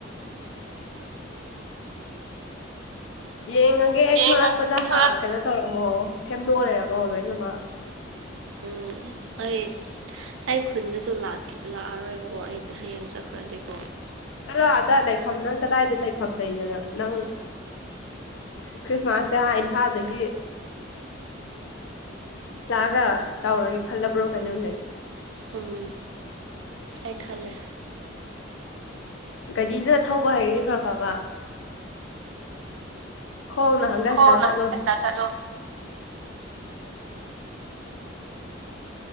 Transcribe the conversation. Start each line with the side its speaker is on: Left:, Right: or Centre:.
Left: ꯌꯦꯡꯉꯒꯦ ꯑꯩ
Right: ꯍꯌꯦꯡ
Left: ꯊ ꯍꯣꯂꯛꯄꯗ
Right: ꯊꯣꯛꯂꯛ
Left: ꯍꯥ ꯀꯩꯅꯣ ꯇꯧꯔꯝꯃꯣ ꯁꯦꯝꯗꯣꯛꯑ ꯂꯩꯔꯝꯃꯣ ꯂꯣꯏꯅꯃꯛ
Right: ꯎꯝ ꯑꯩ ꯑꯩ ꯈꯨꯟꯗꯁꯨ ꯂꯥꯛꯑꯔꯣꯏꯕꯀꯣ ꯑꯩꯁꯦ ꯍꯌꯦꯡ ꯆꯠꯈ꯭ꯔꯗꯤꯀꯣ
Left: ꯆꯠꯂꯣ ꯑꯗ ꯂꯩꯐꯝ ꯅꯪ ꯀꯗꯥꯏꯗ ꯂꯩꯐꯝ ꯂꯩꯗꯅ ꯅꯪ ꯈ꯭ꯔꯤꯁꯃꯥꯁꯁꯦꯥꯟ ꯏꯝꯐꯥꯜꯗꯒꯤ ꯂꯥꯛꯑꯒ ꯇꯧꯔꯒꯦ ꯈꯜꯂꯕ꯭ꯔꯣ ꯀꯩꯅꯣꯝꯅꯦ
Right: ꯑꯥ ꯑꯦꯈꯜꯂꯦ
Left: ꯒꯥꯗꯤꯗꯨꯅ ꯊꯧꯕ ꯍꯥꯏꯁꯨ ꯈꯔ ꯐꯕ ꯈꯣꯡꯅ ꯍꯪꯒꯠ
Right: ꯍꯣꯅ
Left: ꯍꯟꯗ ꯆꯠꯂꯣ
Right: ꯊꯟꯗ ꯆꯂꯣ